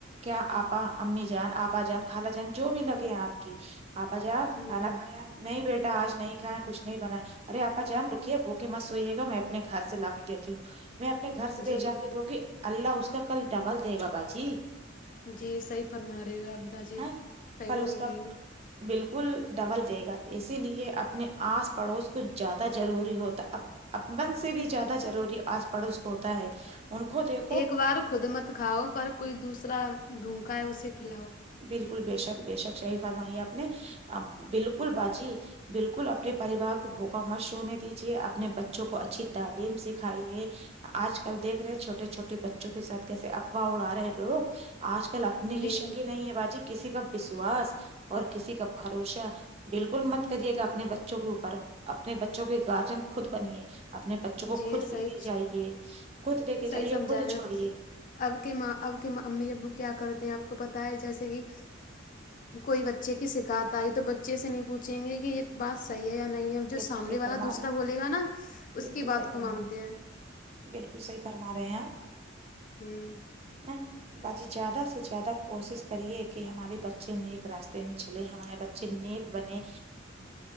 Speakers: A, on the right (about 30°); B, on the left (about 45°).
A: کیا اپا امی جان اپا جان خالا جان جو بھی لگے ہیں اپ کی آپا جان
B: ہوں
A: کھانا کھایا نہیں بیٹا اج نہیں کھایا کچھ نہیں بنائے ارے آپا جان رکیے بھوک کہ مت سوئیےگا میں اپنے گھر سے لا کے دیتی ہوں میں اپنے گھر سے
B: جی
A: لے جا کے دوں گی اللہ اس کا کل ڈبل کیا کہ ڈبل دے گا باجی
B: جی صحیح فرما رہی ہو اپ باجی
A: ہے
B: صحیح
A: کل
B: بول
A: اس کا
B: رہی ہو
A: بالکل ڈبل دے گا اسی لیے اپنے آس پڑوس کچھ زیادہ ضروری ہوتا اپن سے بھی زیادہ ضروری آس پڑوس کو ہوتا ہے ان کو دیکھو
B: ایک بار خود مت کھاو پر کوئی دوسرا بھوکا ہے اسے کھلاو
A: بالکل بے شک بے شک صحیح فرمائی آپ نے بالکل باجی بالکل اپنے پریوار کو بھوکا مش شوونے دیجیے اپنے بچوں کو اچھی تعلیم سکھائیے آج کل دیکھ رہے ہیں چھوٹے چھوٹے بچوں کے ساتھ کیسے افواہ اڑا رہے ہیں لوگ آج کل اپنے
B: جی
A: ہی شگے نہیں ہے باجی کسی کا وشواس اور کسی کا بھروسہ بالکل مت کریے گا اپنے بچوں کے اوپر اپنے بچوں کے اگارجن خود بنیے اپنے با کو
B: جی
A: خود
B: صحیح
A: لے کے جائیے خود لے کے جائیے
B: صحیح سمجھا
A: خود
B: رہے
A: چھوڑے
B: ہیں اب کی ماں اب کی امی ابو کیا کرتے ہیں آپ کو پتا ہے جیسے کہ کوئی بچے کی سکھات آئی تو بچے سے نہیں پوچھیں گے کی یہ بات صحیح ہے یا نہیں ہے جو
A: بالکل
B: سامنے
A: صحیح
B: والا
A: فرما
B: دوسرا
A: رہے ہیں
B: بولے گا نا اس
A: بالکل
B: کی
A: صحیح
B: بات
A: فرما
B: کو مانتے
A: رہے
B: ہیں
A: بالکل صحیح فرما رہے ہیں آپ
B: ہوں
A: ہیں باجی زیادہ سے زیادہ کوشش کریے کہ ہمارے بچے نیک راستے میں چلے ہمارے بچے چھ نیک بنے